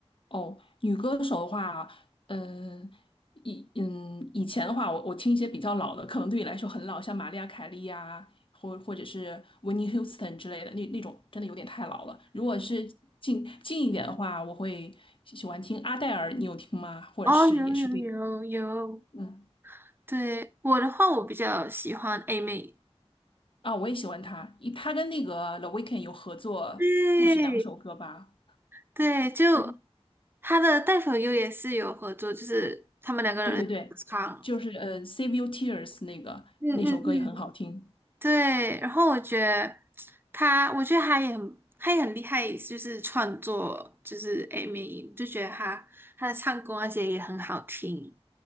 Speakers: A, on the left (about 55°); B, on the right (about 20°).
A: 哦，女歌手的话，嗯，以嗯以前的话，我我听一些比较老的，可能对你来说很老，像玛丽亚凯莉呀、或或者是 w 尼· i t n Houston 之类的，那那种真的有点太老了。如果是近近一点的话，我会喜喜欢听阿黛尔，你有听吗？或者是也是对，
B: 哦，有有有有，
A: 嗯
B: 对，我的话，我比较喜欢 A 妹。
A: 啊，我也喜欢她，一她跟那个 The Weeknd 有合作不止两首歌吧，
B: 对对，就
A: 都
B: 她的《带粉优》也是有合作，就是他们两个人合唱。
A: 对对对，就是呃 Save Your Tears 那个那首歌也很好听。
B: 嗯嗯嗯。对，然后我觉得他，我觉得他也很，他也很厉害，就是创作，就是 a m 音就觉得他他的唱功那些也很好听。